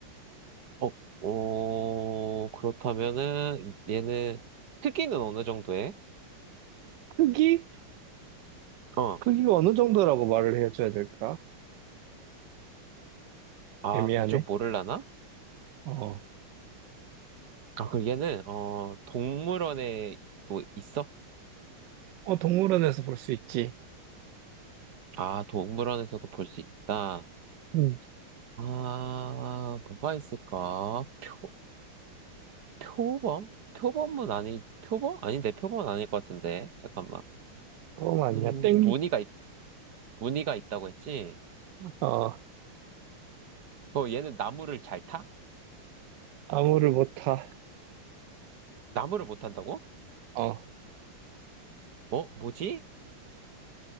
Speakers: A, on the right; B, on the right.
A: 어, 어, 그렇다면은 얘는 크기는 어느 정도 해?
B: 크기?
A: 어,
B: 크기가 어느 정도라고 말을 해줘야 될까?
A: 아,
B: 애매하네.
A: 그거 좀 모를라나?
B: 어,
A: 아, 그럼 얘는, 어, 동물원에 또 있어?
B: 어, 동물원에서 볼 수 있지.
A: 아, 동물원에서도 볼 수 있다.
B: 음,
A: 아, 뭐가 있을까? 표, 표범? 표범은 아니, 표범? 아닌데, 표범은 아닐 것 같은데. 잠깐만.
B: 어, 아니야.
A: 음,
B: 땡.
A: 무늬가, 있, 무늬가 있다고 했지?
B: 어,
A: 어, 얘는 나무를 잘 타?
B: 아무를 못 타.
A: 나무를 못 탄다고?
B: 어,
A: 어, 뭐지?